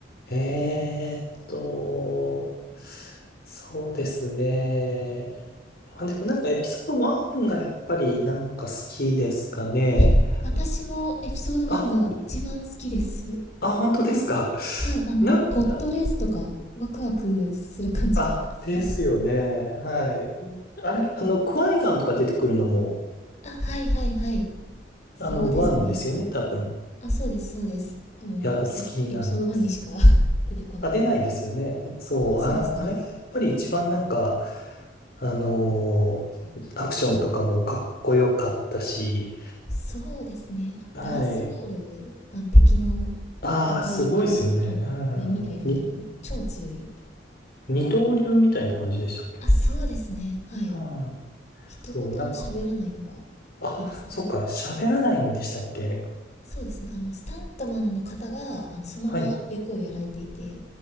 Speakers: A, on the left; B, on the left.
A: い、えーっと、そうですね。まあ、でもなんかエピソード1がやっぱりなんか好きですかね。
B: え、私もエピソード1が一番好きです。
A: あ、あ、本当ですか。<laughs>
B: はい、あの、
A: なんか、
B: ポットレースとか、ワクワクする感じが好きです。
A: あ、ですよね。はい。あれ、あの、クワイガンとか出てくるのも、
B: あ、はいはいはい。そうですね。
A: あの、ワンですよね、多分。
B: あ、そうです、そうです。もう、
A: いや、好きなんですよ。
B: いエピソード1にしか <laughs> 出てこない。
A: あ、出ないですよね。そう、
B: そうですね。
A: あ、あれがやっぱり一番なんか、あのーアクションとかもかっこよかったし、
B: そうですね。あダースモール、
A: はい。
B: あの敵の
A: ああ、
B: 赤い、
A: すごいですよね。
B: 赤と黒の面みたいな人も超強い。
A: うんうん、に、二刀流みたいな感じでしたっけ
B: あ、そうですね。はい。
A: ああ、
B: 一言も喋らないのが
A: そう、なんか、あ、
B: いいですね。
A: そうか、喋らないんでしたっけ
B: そうですね。あの、スタントマンの方が、あの、そのまま役をやられていて、
A: はい